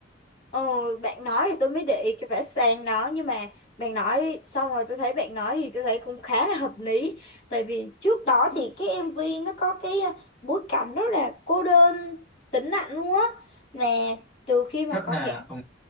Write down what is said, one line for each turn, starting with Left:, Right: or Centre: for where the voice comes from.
Left: ờ, bạn nói thì tôi mới để ý cái vẽ sang đó nhưng mà bạn nói xong rồi tôi thấy bạn nói thì tôi thấy cũng khá là hợp lý tại vì trước đó thì cái MV nó có cái à, bối cảnh rất là cô đơn tĩnh lặng luôn á mà từ khi mà
Centre: rất
Left: có
Centre: là
Left: cái
Centre: ừ,